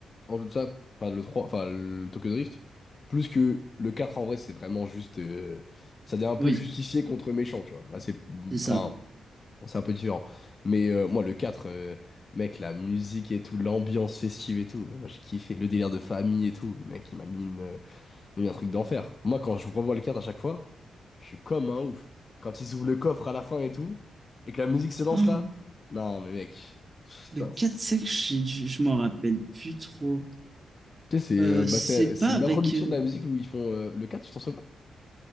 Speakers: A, on the left (about 45°); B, on the right (about 35°).
A: en jeu de ça, enfin, le 3 enfin, le Tokyo Drift, plus que le 4 en vrai, c'est vraiment juste. euh, ça devient un peu
B: Oui,
A: justicier contre méchant, tu vois. Là, c'est.
B: c'est ça.
A: Enfin, c'est un peu différent. Mais euh, moi, le 4 euh, mec, la musique et tout, l'ambiance festive et tout, moi, j'ai kiffé. Le délire de famille et tout, mec, il m'a mis une. euh, Mais un truc d'enfer. Moi, quand je revois le 4 à chaque fois, je suis comme un ouf. Quand ils ouvrent le coffre à la fin et tout, et que la musique se lance
B: Oh,
A: là, non, mais mec, putain.
B: le quatre
A: c'est-
B: cinq j'ai dû- je m'en rappelle plus trop.
A: Tu sais, c'est
B: Euh,
A: euh, bah,
B: c'est
A: c'est c'est
B: pas
A: l'introduction
B: avec. euh,
A: de la musique où ils font euh, le quatre tu t'en souviens pas?